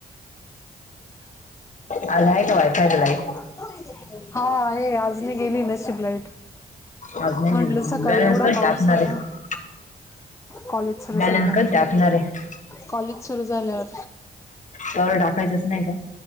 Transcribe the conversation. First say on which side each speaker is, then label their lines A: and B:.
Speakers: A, on the left; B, on the left.
A: आज आहे वाटतंय लाईट,
B: हा आहे आज नाही गेली नशीब लाईट,
A: आज नाही
B: म्हणलं
A: गेली का
B: सकाळी
A: बॅलन्स
B: एवढा
A: कधी
B: पाऊस
A: टाकणार
B: होता.
A: आहे
B: कॉलेज सुरू
A: बॅलन्स
B: झालं,
A: कधी टाकणार आहे
B: कॉलेज सुरू झाल्यावर
A: तवर टाकायचंच नाही का?